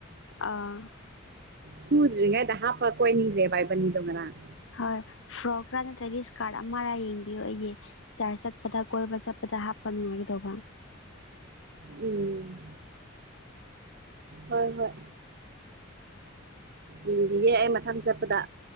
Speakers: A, on the left (about 65°); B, on the right (about 50°).
A: ꯑꯥ
B: ꯁꯨꯗ꯭ꯔꯤꯉꯩꯗ ꯍꯥꯞꯄ ꯀꯣꯏꯅꯤꯡꯗ꯭ꯔꯦ ꯕꯥꯏꯕꯅꯤꯗꯣ ꯉꯔꯥꯡ
A: ꯍꯣꯏ ꯐ꯭ꯔꯣꯛꯔꯥ ꯅꯠꯇ꯭ꯔꯗꯤ ꯏꯁꯀꯥꯔꯠ ꯑꯃꯔꯥ ꯌꯦꯡꯕꯤꯌꯣ ꯑꯩꯒꯤ ꯆꯔ ꯆꯠꯄꯗ ꯀꯣꯏꯕ ꯆꯠꯄꯗ ꯍꯥꯞꯄ ꯅꯨꯡꯉꯥꯏꯒꯗꯧꯕ
B: ꯎꯝ ꯍꯣꯏ ꯍꯣꯏ ꯏꯤꯡꯕꯤꯒꯦ ꯑꯩ ꯃꯊꯪ ꯆꯠꯄꯗ